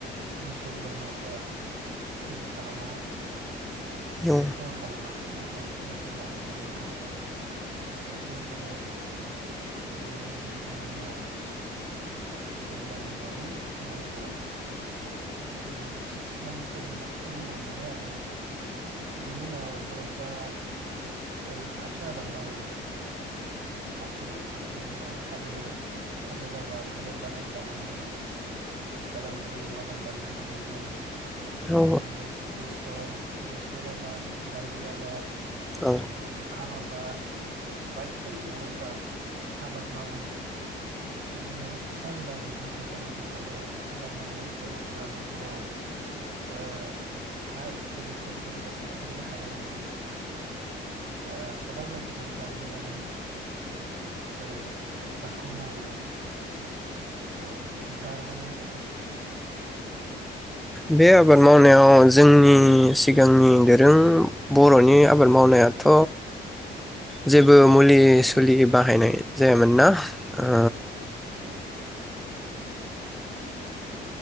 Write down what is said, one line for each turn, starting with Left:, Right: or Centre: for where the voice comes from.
Right: मोसौ बोरमाफ्रा जेबो खालामा माने
Centre: औ
Right: खहा खालामा बेनि थाखाय जोथोन लानांगौ जायो। आमफ्राय बेबायदिनो बेबायदिनो दैज्लांनि उनाव दैज्लांनि उनावनो माइखौ बेबायदिनो सिक्स मान्थस सेभेन मान्थसोनि उनाव मोनो आरो। बेनि उनाव बर'फ्रा गाय फाथो आबाद मावो, फाथो बेनि उनाव थालिर थालिर आबाद थालिर बागान बानायो, आथिखालाव लेबु बागान बानायनायबो नुदों। बेबायदिनो
Centre: औ
Right: बेसर बेसर आबाद, दालि आबाद,
Centre: औ
Right: ओ जुखाम आबाद बायदि बायदि बर'फ्रा आबाद मावो। बेबायदिनो फिसा बिला मैगं थाइगंफोरखौबो आबाद मावो बर'फ्रा नखराव ओ हा फेरलेबसे थायोब्लाबो बे हायावनो ओ खदाल बायदिजों जावग्लिनानै ओ आबादखौ मावो। ओ नोंथाङा आरो मा बुंनो सानो?
Centre: बे आबाद मावनायाव जोंनि सिगांनि दोरों बर'नि आबाद मावनायाथ' जेबो मुलि सुलि बाहायनाय जायामोन ना? ओ
Right: औ नंगौ